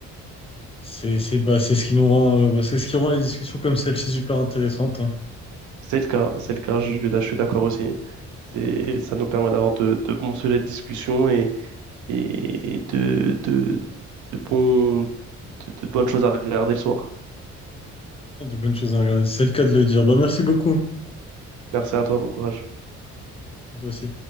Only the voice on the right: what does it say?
C'est le cas, c'est le cas, je, je je suis d'accord aussi. C'est, ça nous permet d'avoir de, de bons sujets de discussion et, et de, de, de, bons, de, de bonnes choses à regarder le soir.
Merci à toi, bon courage.